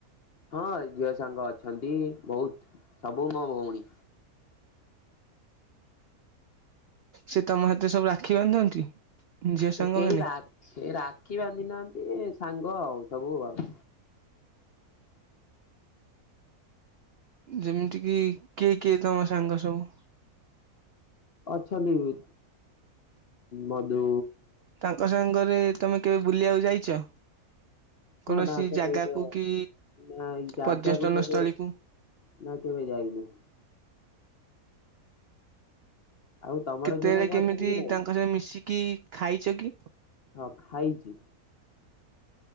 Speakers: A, on the left; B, on the right.
A: ହଁ ଝିଅ ସାଙ୍ଗ ଅଛନ୍ତି ବୋହୁତ ସବୁ ମୋ ଭଉଣୀ।
B: ସେତମ ହାତରେ ସବୁ ରାକ୍ଷୀ ବାନ୍ଧନ୍ତି। ଝିଅ ସାଙ୍ଗ
A: କେହି
B: ମାନେ
A: ରା ରାକ୍ଷୀ ବାନ୍ଧି ନାହାନ୍ତି ସାଙ୍ଗ ଆଉ ସବୁ ଆଉ।
B: ଯେମିତି କିି କିଏ କିଏ ତମ ସାଙ୍ଗ ସବୁ।
A: ଅଛନ୍ତି ଉ ମଧୁ
B: ଙ୍କ ସାଙ୍ଗରେ ତମେ କେବେ ବୁଲିବାକୁ ଯାଇଛ।
A: ହଁ
B: କୌଣସି
A: ତାଙ୍କ
B: ଜାଗାକୁ
A: ସହିତ
B: କି
A: ନା ଏଇ ଜାଗାକୁ
B: ପର୍ଯ୍ୟଟନ
A: କେବେ
B: ସ୍ଥଳୀ କୁ।
A: ନା କେବେ ଯାଇନି। ଆଉ ତମର
B: କେତେବେଳେ
A: ଝିଅ ସାଙ୍ଗ
B: କେମିତି
A: ଅଛନ୍ତି କି ନାଇଁ?
B: ତାଙ୍କ ସ ମିଶିକି ଖାଇଛ କି?
A: ହଁ ଖାଇଚି।